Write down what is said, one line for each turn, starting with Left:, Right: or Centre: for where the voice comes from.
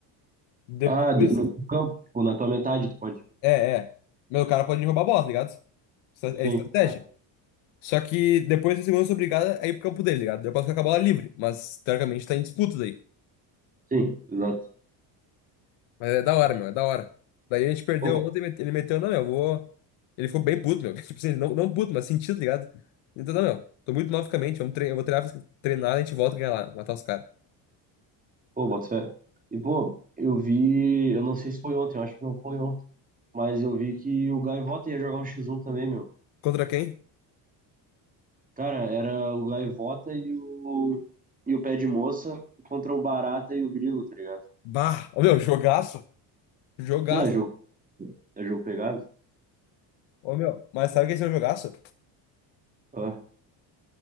Left: Depois,
Right: Ah, de- no campo, tipo, na tua metade, tu pode.
Left: é, é. Meu o cara pode me roubar a bola, tá ligado? Estra- É
Right: Sim.
Left: é estratégia.
Right: Ah,
Left: Só que depois de segundos eu sou obrigado a ir pro campo dele, tá ligado? Eu posso ficar com a bola livre, mas teoricamente tá em disputa daí.
Right: Sim, exato.
Left: Mas é da hora, meu, é da hora. Daí a gente perdeu
Right: Pô,
Left: ontem, mete- ele meteu, não, meu, eu vou. Ele ficou bem puto, meu. <laughs> Tipo assim, não, não puto, mas sentido, tá ligado? Então, não, meu, tô muito mal fisicamente, vamos treinar eu vou treinar, treinar, a gente volta a ganhar lá, matar os caras.
Right: Pô, boto fé. E, pô, eu vi, eu não sei se foi ontem, eu acho que não foi ontem, mas eu vi que o Gaivota ia jogar um X1 também, meu.
Left: Contra quem?
Right: Cara, era o Gaivota e o, e o Pé de Moça contra o Barata e o Grilo, tá ligado?
Left: Bah! Ô, meu, jogaço! Jogaço!
Right: Não, é jogo, é jogo pegado.
Left: Ô, meu, mas sabe quem é um jogaço?
Right: Ah,